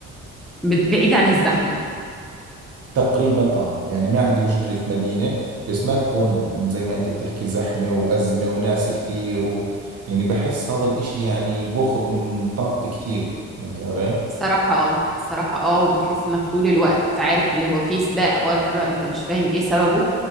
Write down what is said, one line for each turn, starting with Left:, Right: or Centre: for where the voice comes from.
Centre: بت بعيد عن الزحمة.
Right: تقريبا اه يعني ما عندي مشكلة في مدينة بس ما تكون زي ما انت بتحكي زحمة وازمة وناس كثير و يعني بحس هذا الاشي يعني بأخذ من طاقتي كثير فهمتي علي؟
Centre: الصراحة آه، الصراحة آه، وبتحس إنك طول الوقت عارف اللي هو في سباق برّه أنت مش فاهم إيه سببه،